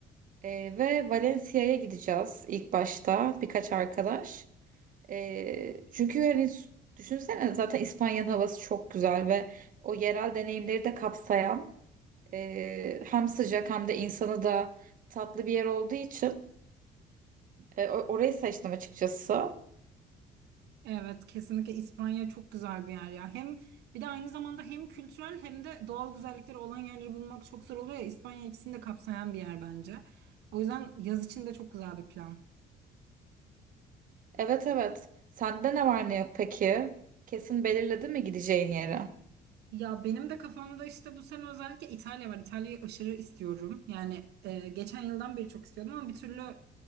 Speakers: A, on the right; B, on the right.
A: E, ve Valencia'ya gideceğiz ilk başta birkaç arkadaş. E, çünkü yani düşünsene zaten İspanya'nın havası çok güzel ve o yerel deneyimleri de kapsayan ee, hem sıcak hem de insanı da tatlı bir yer olduğu için e, o- orayı seçtim açıkçası.
B: Evet kesinlikle İspanya çok güzel bir yer ya. Hem bir de aynı zamanda hem kültürel hem de doğal güzellikleri olan yerleri bulmak çok zor oluyor ya. İspanya ikisini de kapsayan bir yer bence. O yüzden yaz için de çok güzel bir plan.
A: Evet evet. Sende ne var ne yok peki? Kesin belirledin mi gideceğin yeri?
B: Ya benim de kafamda işte bu sene özellikle İtalya var. İtalya'yı aşırı istiyorum. Yani e, geçen yıldan beri çok istiyordum ama bir türlü